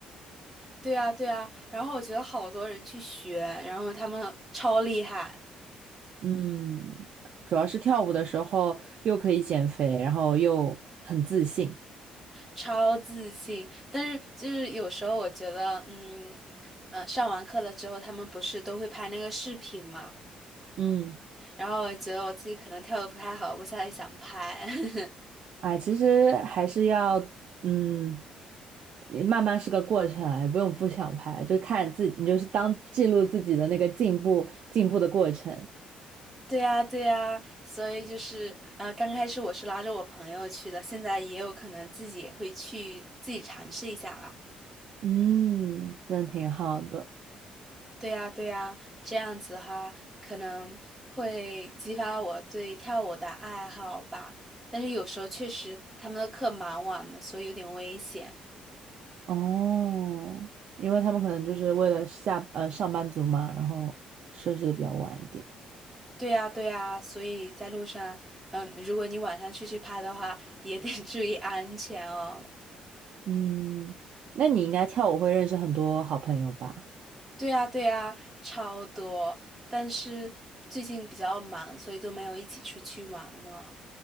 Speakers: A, in the centre; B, on the right.
A: 对啊，对啊。然后我觉得好多人去学，然后他们超厉害，
B: 嗯，主要是跳舞的时候又可以减肥，然后又很自信。
A: 超自信。但是就是有时候我觉得，嗯，呃，上完课了之后，他们不是都会拍那个视频嘛？
B: 嗯，
A: 然后我觉得我自己可能跳的不太好，我现在想拍。<laughs>
B: 哎，其实还是要嗯，慢慢是个过程啊，也不用不想拍，就看自己，你就是当记录自己的那个进步进步的过程。
A: 对呀，对呀，所以就是呃，刚开始我是拉着我朋友去的，现在也有可能自己也会去自己尝试一下吧。
B: 嗯，真挺好的。
A: 对呀，对呀，这样子哈可能会激发我对跳舞的爱好吧。但是有时候确实他们的课蛮晚的，所以有点危险。
B: 哦，因为他们可能就是为了下呃上班族嘛，然后设置的比较晚一点。
A: 对呀，对呀，所以在路上，嗯，如果你晚上出去拍的话，也得 <laughs> 注意安全哦。
B: 嗯，那你应该跳舞会认识很多好朋友吧？
A: 对呀，对呀，超多，但是最近比较忙，所以都没有一起出去玩呢。